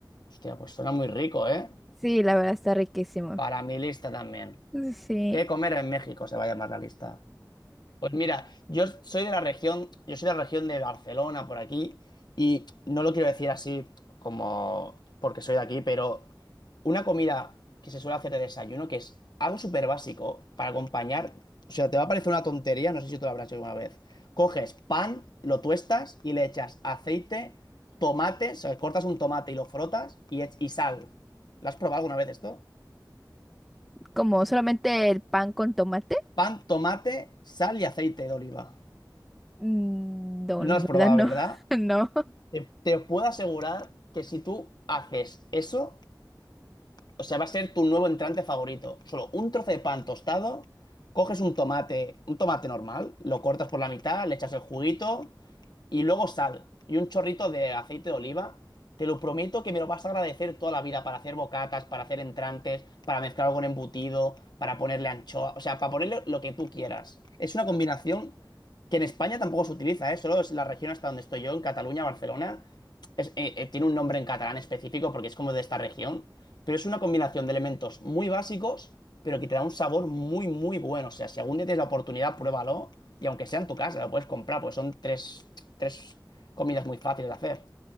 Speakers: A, on the left (about 70°); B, in the centre.
A: Hostia, pues suena muy rico, ¿eh?
B: Sí, la verdad está riquísimo.
A: Para mi lista también.
B: Sí,
A: ¿Qué comer en México? Se va a llamar la lista. Pues mira, yo soy de la región, yo soy de la región de Barcelona, por aquí, y no lo quiero decir así como porque soy de aquí, pero una comida que se suele hacer de desayuno, que es algo súper básico para acompañar, o sea, te va a parecer una tontería, no sé si tú lo habrás hecho alguna vez. Coges pan, lo tuestas y le echas aceite, tomate, o sea, cortas un tomate y lo frotas y, ech- y sal. ¿Lo has probado alguna vez esto?
B: como solamente el pan con tomate.
A: Pan, tomate, sal y aceite de oliva.
B: Mm, No,
A: No
B: la
A: has
B: verdad
A: probado,
B: no,
A: ¿verdad?
B: <laughs> no.
A: Te, te puedo asegurar que si tú haces eso, o sea, va a ser tu nuevo entrante favorito. Solo un trozo de pan tostado, coges un tomate, un tomate normal, lo cortas por la mitad, le echas el juguito, y luego sal y un chorrito de aceite de oliva. Te lo prometo que me lo vas a agradecer toda la vida para hacer bocatas, para hacer entrantes, para mezclarlo con embutido, para ponerle anchoa, o sea, para ponerle lo que tú quieras. Es una combinación que en España tampoco se utiliza, ¿eh? Solo es la región hasta donde estoy yo, en Cataluña, Barcelona, es- eh, eh, tiene un nombre en catalán específico porque es como de esta región, pero es una combinación de elementos muy básicos, pero que te da un sabor muy, muy bueno. O sea, si algún día tienes la oportunidad, pruébalo y aunque sea en tu casa, lo puedes comprar, pues son tres, tres comidas muy fáciles de hacer.